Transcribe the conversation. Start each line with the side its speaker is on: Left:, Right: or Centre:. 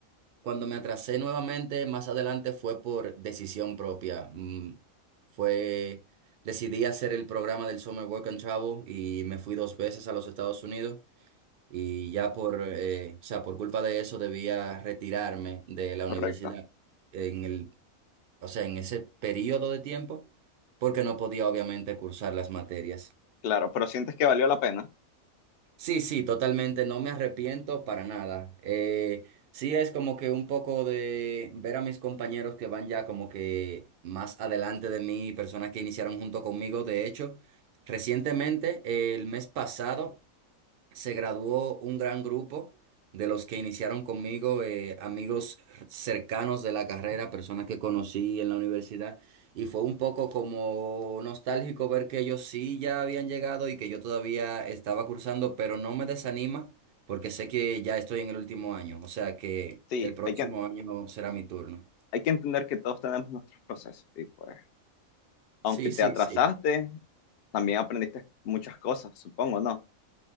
Right: cuando me atrasé nuevamente, más adelante fue por decisión propia. Mm, Fue... Decidí hacer el programa del Summer Work and Travel y me fui dos veces a los Estados Unidos y ya por, eh, o sea, por culpa de eso debía retirarme de la
Left: Correcto.
Right: universidad en el, o sea, en ese periodo de tiempo, porque no podía obviamente cursar las materias.
Left: Claro, pero sientes que valió la pena.
Right: Sí, sí, totalmente, no me arrepiento para nada. Eh, sí es como que un poco de ver a mis compañeros que van ya como que más adelante de mí, personas que iniciaron junto conmigo, de hecho. Recientemente, el mes pasado, se graduó un gran grupo de los que iniciaron conmigo, eh, amigos cercanos de la carrera, personas que conocí en la universidad, y fue un poco como nostálgico ver que ellos sí ya habían llegado y que yo todavía estaba cursando, pero no me desanima porque sé que ya estoy en el último año, o sea que
Left: Sí,
Right: el próximo
Left: hay que,
Right: año será mi turno.
Left: hay que entender que todos tenemos nuestros procesos. Y pues, aunque
Right: Sí,
Left: te
Right: sí,
Left: atrasaste,
Right: sí.
Left: también aprendiste muchas cosas, supongo, ¿no?